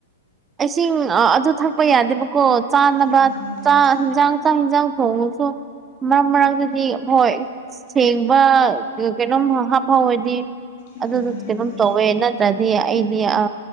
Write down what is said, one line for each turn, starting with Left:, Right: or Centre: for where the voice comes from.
Right: ꯏꯁꯤꯡ ꯑꯗꯨ ꯊꯛꯄ ꯌꯥꯗꯦꯕꯀꯣ ꯆꯥꯅꯕ
Left: ꯎꯝ ꯎꯝ
Right: ꯆꯥꯛ ꯍꯟꯖꯥꯡ ꯆꯥꯛ ꯌꯦꯟꯖꯥꯡ ꯊꯣꯡꯉꯁꯨ ꯃꯔꯛ ꯃꯔꯛꯇꯗꯤ ꯍꯣꯏ ꯁꯦꯡꯕ ꯀꯩꯅꯣꯝ ꯍꯥ ꯍꯥꯞ ꯐꯥꯎ ꯑꯣꯏꯗꯤ
Left: ꯎꯝ
Right: ꯑꯗꯨꯗꯨ
Left: ꯎꯝ ꯎꯝ
Right: ꯀꯩꯅꫭꯝ ꯇꯧꯋꯦ ꯅꯠꯇ꯭ꯔꯗꯤ ꯑꯩꯗꯤ ꯑ